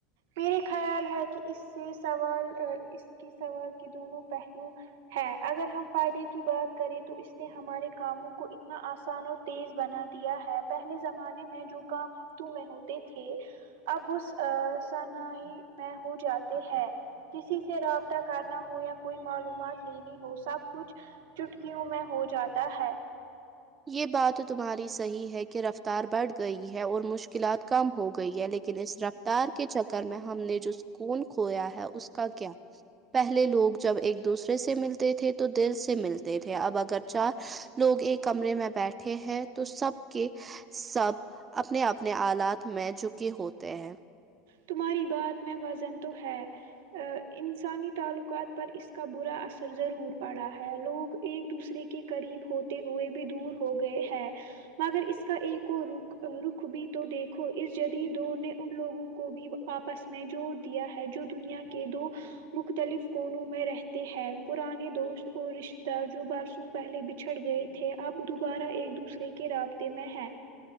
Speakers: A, on the right; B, on the right.
A: میرے خیال ہے کہ اس سے سوال اس کی سوال کے دونوں پہلو ہے اگر ہم فائدے کی بات کریں تو اس نے ہمارے کاموں کو اتنا آسان اور تیز بنا دیا ہے پہلے زمانے میں جو کام ہفتوں میں ہوتے تھے اب س سنائی میں ہو جاتے ہیں کسی سے رابطہ کرنا ہو یا کوئی معلومات لینی ہو سب کچھ چٹکیوں میں ہو جاتا ہے
B: یہ بات تو تمہاری صحیح ہے کہ رفتار بڑھ گئی ہے اور مشکلات کم ہو گئی ہے لیکن اس رف تار کے چکر میں ہم نے جو سکون کھویا ہے اس کا کیا پہلے لوگ جب ایک دوسرے سے ملتے تھے تو دل سے ملتے تھے اب اگر چار لوگ ایک کمرے میں بیٹھے ہیں تو سب کے سب اپنے اپنے آلات میں جھوکے ہوتے ہیں
A: تمہاری بات میں وزن تو ہے آ، انسانی تعلقات پر اس کا برا اثر ضرور پڑا ہے لوگ ایک دوسرے کے قریب ہوتے ہوئے بھی دور ہو گئے ہیں مگر اس کا ایک اور رخ رخ بھی تو دیکھو اس جدید دور نے ان لوگوں کو کو بھی آپس میں جوڑ دیا ہے جو دنیا کے دو مختلف کونوں میں رہتے ہیں پرانے دوست اور رشتتے دار جو بارسوں کے پہلے بچھڑ گئے تھے اب دوبارہ ایک دوسرے کے رابطے میں ہیں